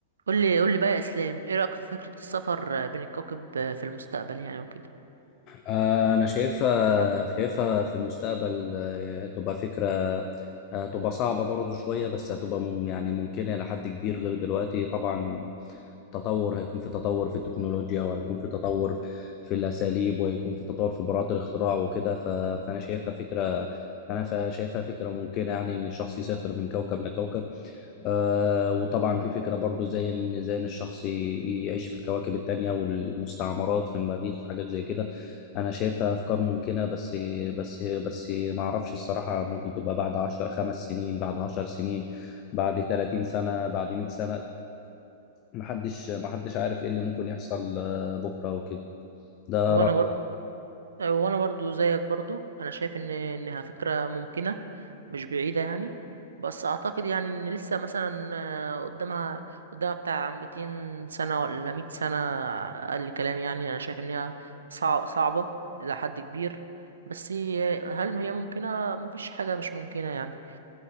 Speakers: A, on the right (about 70°); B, on the left (about 35°).
A: قول لي قول لي بقى يا اسلام ايه رايك في فكره السفر بين الكواكب في المستقبل يعني وكده
B: آه، أنا شايفها شايفها في المستقبل آه، تبقى فكرة آه، تبقى صعبة برضو شوية بس هتبقى مم يعني ممكنة إلى حد كبير غير دلوقتي طبعا تطور هيكون في تطور في التكنولوجيا وهيكون في تطور في الأساليب وهيكون في تطور في براءة الاختراع وكده ف- فأنا شايفها فكرة أنا شايفها فكرة ممكنة يعني إن الشخص يسافر من كوكب لكوكب آه، وطبعا في فكرة برضو زي ان زي ان الشخص ي- يعيش في الكواكب التانية والمستعمرات في المريخ وحاجات زي كده انا شايفها افكار ممكنة بس بس بس ما اعرفش الصراحة ممكن تبقى بعد عشر خمس سنين بعد عشر سنين بعد 30 سنة بعد 100 سنة محدش محدش عارف ايه اللي ممكن يحصل آه، بكرة وكده ده
A: وانا
B: رأيي
A: بر... وانا برضو زيك برضو انا شايف ان انها فكره ممكنه مش بعيده يعني بس اعتقد يعني ان لسه مثلا آه، قدامها قدامها بتاع 200 سنه ولا 100 سنه اقل كلام يعني انا شايف ان هي صع... صعبه الى حد كبير بس هي- هل هي ممكنه مفيش حاجه مش ممكنه يعني